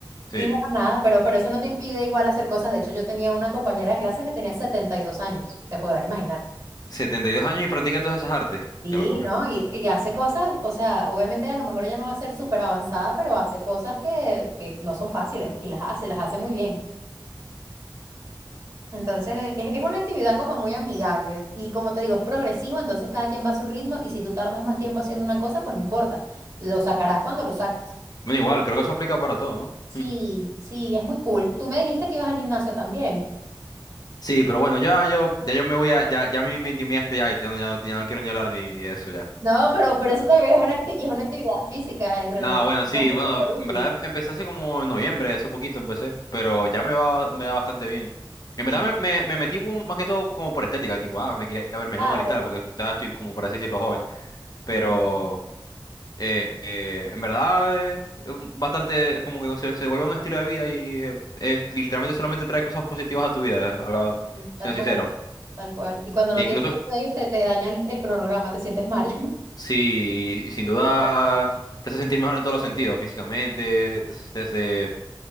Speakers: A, on the left; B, on the right.
A: Sí.
B: Y bueno, nada, pero, pero eso no te impide igual hacer cosas. De hecho, yo tenía una compañera de clase que tenía 72 años, te podrás imaginar.
A: 72 años y practica todas esas artes.
B: Sí,
A: Qué locura.
B: ¿no? Y, y hace cosas, o sea, obviamente a lo mejor ella no va a ser súper avanzada, pero hace cosas que, que no son fáciles y las hace, las hace muy bien. Entonces, es, es una actividad como muy amigable y como te digo, es progresivo, entonces cada quien va a su ritmo y si tú tardas más tiempo haciendo una cosa, pues no importa, lo sacarás cuando lo sacas.
A: Bueno, igual, creo que eso aplica para todo, ¿no?
B: Sí,
A: <laughs>
B: sí, es muy cool. Tú me dijiste que ibas al gimnasio también.
A: Sí, pero bueno, ya yo, ya yo me voy a, ya, ya a mí me intimidaste ya, ya no, ya no- ya no quiero ni hablar ni, ni de eso ya.
B: No, pero, pero eso también es una, acti- y es una actividad física, entrenar
A: Nada,
B: en
A: bueno,
B: el gimnasio
A: sí, bueno,
B: es súper útil.
A: en verdad em, empecé hace como en noviembre, hace poquito empecé, pero ya me va, me da bastante bien. En
B: Y
A: verdad me, me, me metí como- más que todo como por estética, tipo, ah, me quería ver mejor
B: claro,
A: y tal, porque todavía estoy como para así decirlo joven, pero
B: ujú,
A: eh, eh, en verdad eh, es un- bastante, es como que se, se vuelve un estilo de vida y eh, eh, literalmente solamente trae cosas positivas a tu vida, eh, hablando-
B: sí, tal
A: siendo
B: cual,
A: sincero.
B: tal cual. Y cuando no
A: Que
B: tienes
A: incluso,
B: tiempo de irte, te daña el el cronograma, te sientes mal.
A: sí, sin duda te hace sentir mejor en todos los sentidos, físicamente, te hace, te hace